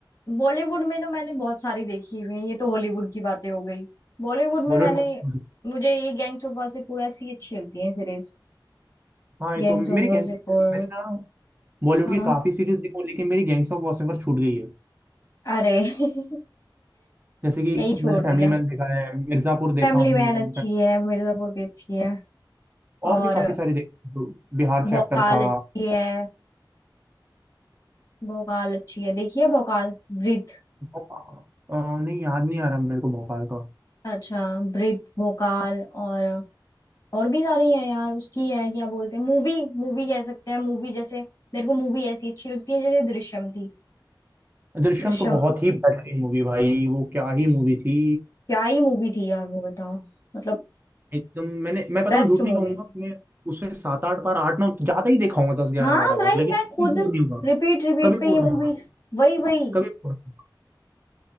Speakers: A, on the left; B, on the right.
A: बॉलीवुड में तो मैंने बहुत सारी देखी हुई है ये तो हॉलीवुड की बातें हो गई बॉलीवुड में
B: बॉलीवुड
A: मैंने
B: में
A: मुझे ये गैंग्स ऑफ वासेपुर ऐसी अच्छी लगती है सीरीज
B: हाँ ये
A: Gangs
B: तो मेरी
A: of Wasseypur
B: गैंग्स मैंने ना बॉलीवुड
A: हाँ
B: की काफी सीरीज देखो लेकिन मेरी गैंग्स ऑफ वासेवर छूट गई है
A: अरे <laughs>
B: जैसे कि
A: यही छोड़
B: मैंने फैमिली
A: दिया
B: मैन देखा है मिर्जापुर देखा
A: फैमिली
B: हूँ
A: मैन अच्छी है मिर्जापुर की अच्छी है
B: और
A: और
B: भी काफी सारे देखे बिहार चैप्टर
A: भोकाल
B: था
A: अच्छी है भोकाल अच्छी है देखिए भोकाल ब्रीथ
B: भोपाल- अ, नहीं याद नहीं आ रहा मेरे को भोपाल का
A: अच्छा ब्रीथ भोकाल और और भी सारी है यार उसकी है क्या बोलते हैं मूवी मूवी कह सकते हैं मूवी जैसे मेरे को मूवी ऐसी अच्छी लगती है जैसे दृश्यम थी
B: दृश्यम
A: दृश्यम
B: तो बहुत ही बेहतरीन मूवी भाई वो क्या ही मूवी थी
A: क्या ही मूवी थी यार वो बताओ मतलब
B: एकदम मैंने मैं बताऊं
A: बेस्ट
B: झूठ नहीं
A: मूवी
B: कहूंगा मैं उसे सात आठ बार आठ नौ ज्यादा ही देखा होगा दस ग्यारह
A: हाँ
B: बारह
A: भाई
B: बार लेकिन
A: मैं खुद
B: कभी बोर नहीं हुआ
A: रिपीट रिपीट
B: कभी
A: पे
B: बोर
A: ये मूवी
B: नहीं हुआ
A: वही वही
B: कभी बोर नहीं हुआ